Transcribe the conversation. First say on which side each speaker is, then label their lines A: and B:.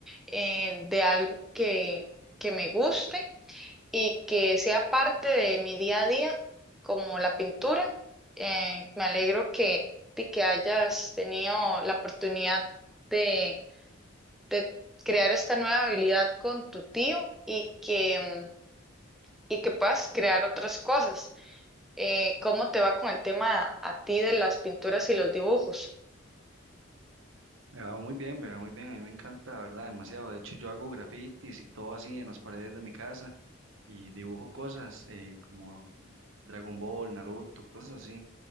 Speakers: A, in the centre; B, on the right (about 70°).
A: eh, de algo que, que me guste y que sea parte de mi día a día, como la pintura. Eh, me alegro que, de que hayas tenido la oportunidad de, de crear esta nueva habilidad con tu tío y que, mm, y que puedas crear otras cosas. Eh, ¿cómo te va con el tema a, ti de las pinturas y los dibujos?
B: me va muy bien, me va muy bien, a mí me encanta, ¿verdad? Demasiado. De hecho, yo hago grafitis y todo así en las paredes de mi casa. y dibujo cosas eh, como Dragon Ball, Naruto, cosas así.